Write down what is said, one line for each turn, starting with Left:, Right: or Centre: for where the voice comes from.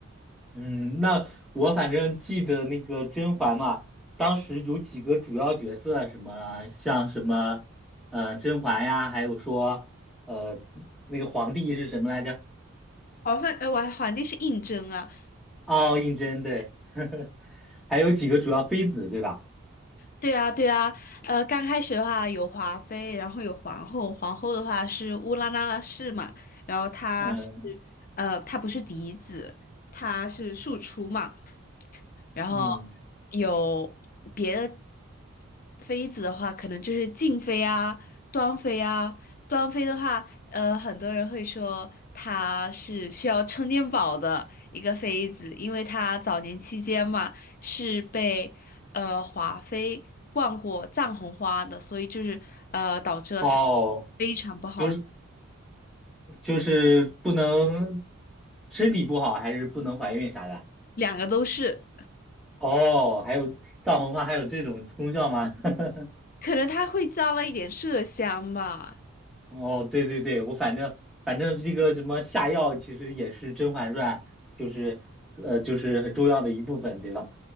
Centre: 嗯，那我反正记得那个甄嬛嘛，当时有几个主要角色，什么像什么呃甄嬛呀，还有说呃那个皇帝是什么来着？
Left: 皇妃，呃，我皇帝是胤禛啊。
Centre: 哦，胤禛，对，<laughs> 还有几个主要妃子，对吧？
Left: 对啊，对啊。呃，刚开始的话有华妃，然后有皇后，皇后的话是乌拉那拉氏嘛，然后她是，
Centre: 嗯
Left: 呃，她不是嫡子，她是庶出嘛。然后
Centre: 嗯，
Left: 有别的妃子的话，可能就是静妃啊、端妃啊。端妃的话，呃，很多人会说她是需要充电宝的一个妃子，因为她早年期间嘛是被呃华妃灌过藏红花的，所以就是呃导致了她
Centre: 哦。
Left: 非常不好，
Centre: 就是。就是不能身体不好，还是不能怀孕啥的。
Left: 两个都是，
Centre: 哦，还有藏红花还有这种功效吗？<laughs>
Left: 可能她会加了一点麝香吧。
Centre: 哦，对对对，我反正反正这个什么下药，其实也是《甄嬛传》，就是呃就是很重要的一部分，对吧？